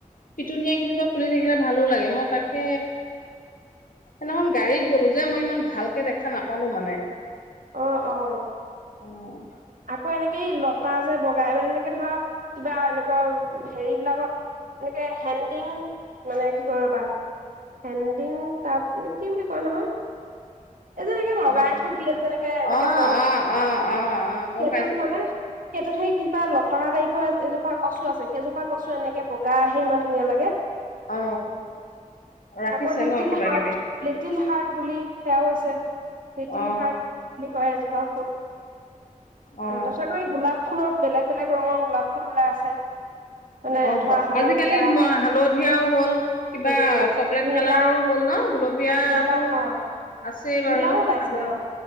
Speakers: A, on the left (about 80°); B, on the right (about 80°).
A: পিটোনিয়া কেইজোপা ফুলি থাকি থিকে ভালো লাগে মই তাকে সেইদিনাখন গাড়ীত গলো যে মই ইমান ভালকে দেখা নাপালো মানে।
B: অ অ
A: অ',
B: আকৌ এনেকে লতা যে বগাই মানে, এনেকে ধৰা কিবা এনেকুৱা হেৰি বিলাকত এনেকে হেণ্ডিং মানে কি কৈ ৰবা, হেণ্ডিং তাত কি বুলি কয় নহয়। <unintelligible> এজে লিগী লগাই
A: অ
B: থৈ দিয়ে যে এনেকে - এনেকে
A: অ
B: মগ
A: অ অ অ গম
B: সেইটোত
A: পাইছো
B: হানে,
A: গম পাইছো
B: সেইটোত সেই সিটোবা লতাৰ টাইপৰ এজোপা গছো আছে। সেইজোপা গছো এনেকে বগাই আহে ইমান ধুনীয়াঁ লাগে।
A: অ ৰাখিছে
B: আকৌ লিটল
A: ন কিবা
B: হাৰ্ট-
A: কিবি
B: লিটল হাৰ্ট বুলি সেয়াও আছে, লিটল
A: অ
B: হাৰ্ট বুলি কয় জে। বফুল অ',
A: অ
B: তাৰ পাছত এই গোলাপ। ফুলত বেলেগ বেলেগ ৰঙৰ গোলাপ ফুলবিলাক আছে। মানে
A: অ
B: ধৰা হালধীয়া
A: আজিকালি হালধীয়াও হল কিবা
B: উম উম
A: চকলেট
B: নীলা
A: কালাৰো হ'ল ন? গুলপীয়াটো
B: নীলা অ
A: আছেই
B: নীলাও
A: বাৰু
B: ওলাইছে
A: আগৰ
B: অ
A: পৰা।।